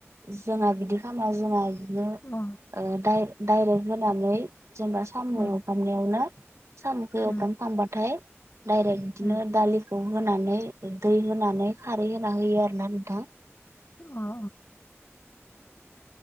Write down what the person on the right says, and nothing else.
जोंहा बिदि खालामा जोंहा जो
ओ डा डाइरेक्ट होनानै जेनबा साम
एवफ्रामनायावनो साम'खौ एवफ्रामखांबाथाय
डाइरेक्ट बिदिनो
दालि खौ होनानै दै होनानै खारै होना होयो आरोना नोंथाङां।